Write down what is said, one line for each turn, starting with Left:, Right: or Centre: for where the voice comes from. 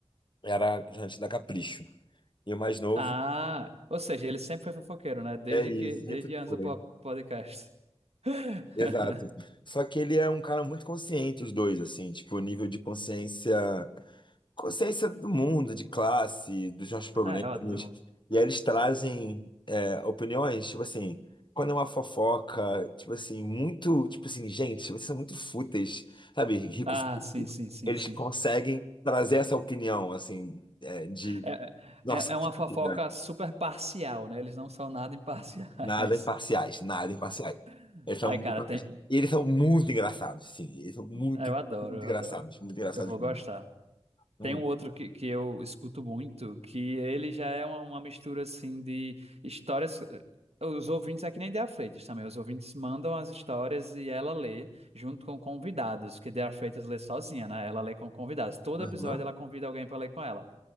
Left: era jornalista da Capricho. E o mais novo
Right: Ah, ou seja, ele sempre foi fofoqueiro, né? Desde
Left: é isso,
Right: que, desde
Left: sempre
Right: antes
Left: foi.
Right: do po- podcast. <laughs>
Left: Exato. Só que ele é um cara muito consciente, os dois, assim, tipo, o nível de consciência. consciência do mundo, de classe, dos nossos problemas.
Right: Ah, é ótimo.
Left: E aí eles trazem é, opiniões, tipo assim, quando é uma fofoca, tipo assim, muito, tipo assim, gente, vocês são muito fúteis, sabe? Rico,
Right: Ah,
Left: fútil.
Right: sim, sim, sim,
Left: eles
Right: sim.
Left: conseguem trazer essa opinião, assim, é, de,
Right: É,
Left: nossa,
Right: é, é uma
Left: que
Right: fofoca
Left: vida.
Right: super parcial, né? Eles não são nada imparciais.
Left: nada imparciais, nada imparciais.
Right: <laughs>
Left: Eles são
Right: Ai,
Left: muito,
Right: cara, tem.
Left: e eles são muito engraçados, sim, eles são muito,
Right: Eu adoro,
Left: muito
Right: eu
Left: engraçados,
Right: adoro.
Left: muito engraçados
Right: Eu vou
Left: mesmo.
Right: gostar.
Left: Hum.
Right: Tem um outro que, que eu escuto muito, que ele já é uma, uma mistura assim de histórias. Os ouvintes é que nem Dea Freitas também. Os ouvintes mandam as histórias e ela lê junto com convidados, porque Dea Freitas lê sozinha, né? Ela lê com convidados. Todo
Left: Aham.
Right: episódio ela convida alguém para ler com ela.